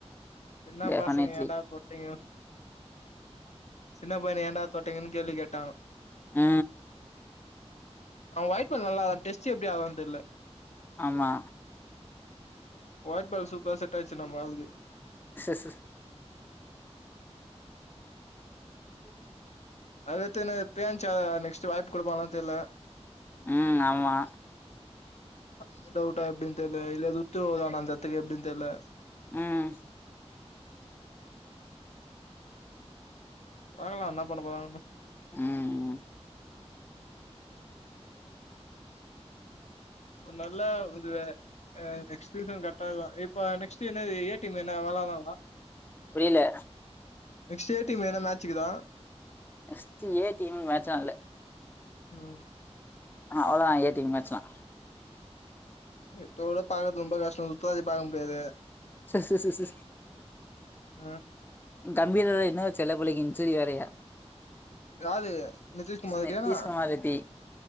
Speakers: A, on the left; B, on the left.
A: சின்ன
B: டெஃபனெட்லி
A: பசங்க ஏன்டா போட்டீங்க சின்ன பையன ஏண்டா தொட்டீங்கன்னு கேள்வி கேட்டாஙோ
B: எ
A: அவுங்க வாய்ப்பு நல்லாதான் டெஸ்ட் எப்டி ஆடுவான் தெர்ல
B: ஆமா
A: வைய்டு பால் சூப்பரா செட் ஆயிச்சு நம்ம ஆளுக்கு
B: ச ச ச ம்
A: அது எடுத்துக்கணு தேன்ச்சா நெக்ஸ்ட் வாய்ப்பு குடுப்பாங்களான்னு தெர்ல
B: ம் ஆமா
A: அந்த டவுட்டா எப்டின்னு தெர்ல இல்லது துட்டு வருதா ஆனா அந்த எத்துக்கு எப்டின் தெரில
B: ம்
A: பாக்கலா என்ன பண்ண போறாங்கனு
B: ம்
A: ஒரு நல்லாவுது வேற அ நெக்ஸ்ட் சீசன் கட்டாகுதா இப்ப நெக்ஸ்டு என்னது ஏ டீம் என்ன வெளாலாமா
B: புரில
A: நெக்ஸ்டு எ டீம்ல எதுனா மேச்சுகுதா
B: நெக்ஸ்ட்டு ஏ டீம் மேட்சாகல
A: ம்
B: அ அவ்ளதா ஏ டி ம் மேச்லா
A: இத்தோட பாக்கறது ரொம்ப கஷ்டம் முப்பதா தேதி பாக முடியாது
B: ச ச ச ச
A: அ
B: தம்பி இன்னு செல புள்ளக்கி இன்சுரி வேரையா
A: யாரு நிதிஷ்குமார் கிட்டயானா
B: நிதிஷ்குமார் ரெட்டி